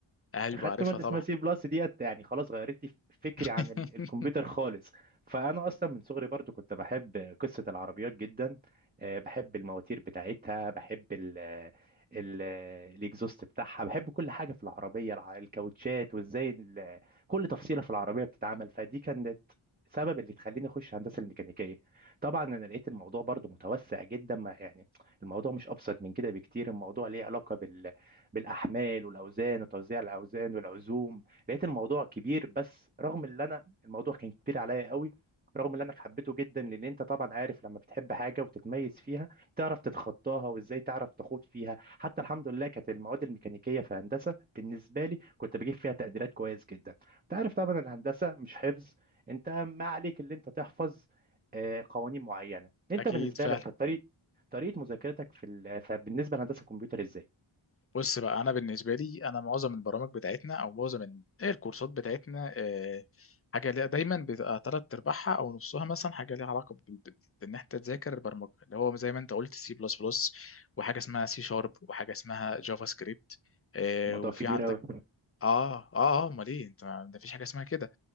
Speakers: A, on the left (about 30°); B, on the right (about 20°).
A: ايوه
B: اخدت
A: عارفها
B: ماده
A: طبعا
B: اسمها سي بلس ديت يعني خلاص غيرت لي فكري
A: <laughs>
B: عن ال- الكمبيوتر خالص فانا اصلا من صغري برضو كنت بحب قصه العربيات جدا آه، بحب المواتير بتاعتها بحب ال ال الاكزوست بتاعها بحب كل حاجه في العربيه الع- الكاوتشات وازاي ال- كل تفصيله في العربيه بتتعمل فدي كانت سبب اللي تخليني اخش هندسه الميكانيكيه طبعا انا لقيت الموضوع برضو متوسع جدا ما يعني الموضوع مش ابسط من كده بكتير الموضوع ليه علاقه بال بالاحمال والاوزان وتوزيع الاوزان والعزوم لقيت الموضوع كبير بس رغم اللي انا الموضوع كان كبير عليا قوي رغم اللي انا حبيته جدا لان انت طبعا عارف لما بتحب حاجه وتتميز فيها تعرف تتخطاها وازاي تعرف تخوض فيها حتى الحمد لله كانت المواد الميكانيكيه في هندسه بالنسبه لي كنت بجيب فيها تقديرات كويس جدا انت عارف طبعا الهندسه مش حفظ انت ما عليك اللي انت تحفظ آه، قوانين معينه انت
A: اكيد
B: بالنسبه
A: فعلا
B: لك كانت طريقه طريقه مذاكرتك في ال... فبالنسبه لهندسه الكمبيوتر ازاي
A: بص بقى انا بالنسبه لي انا معظم البرامج بتاعتنا او معظم ال- إيه الكورسات بتاعتنا آه، حاجه ليها دايما بتبقى تلات ارباعها او نصها مثلا حاجه ليها علاقه بال- بال- بان انت تذاكر البرمجه اللي هو زي ما انت قلت سي بلس بلس وحاجه اسمها سي شارب وحاجه اسمها جافا سكريبت آه،
B: الموضوع
A: وفي
B: كبير
A: عندك
B: قوي
A: اه اه اه امال ايه انت ده مفيش حاجه اسمها كده